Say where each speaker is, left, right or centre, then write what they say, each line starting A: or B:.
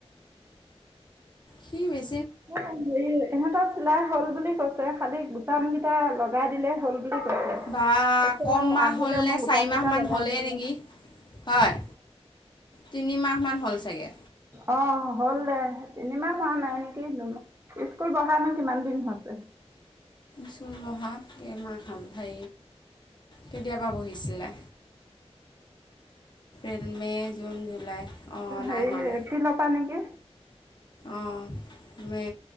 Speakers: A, on the left (about 45°); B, on the right (about 25°).
A: সিমে <unintelligible>
B: হেৰি ইহঁতও আছিলা <unintelligible> হল বুলি কৈছে খালি গুটাম কেইটা লগাই দিলে হ'ল বুলি কৈছে
A: বা
B: কৈছে
A: কম মাহ
B: আহিলে
A: হল ন
B: মই বুটামকেইটা
A: চাৰি মাহ মান
B: লগাই
A: হ'লেই
B: দিম
A: নেকি হয় তিনি মাহ মান হল চাকে
B: অ হ'ল দে তিনিমাহ হোৱা নাই নেকি স্কুল বঢ়া নো কিমান দিন হৈছে
A: চুলমহা কেইমাহ হল হে কেতিয়াবা বহিছিলে এপ্ৰিল মে' জুন জুলাই অঁ নাই
B: হেৰি
A: হোৱা দে
B: এপ্ৰিলৰ পৰা নেকি
A: অ মে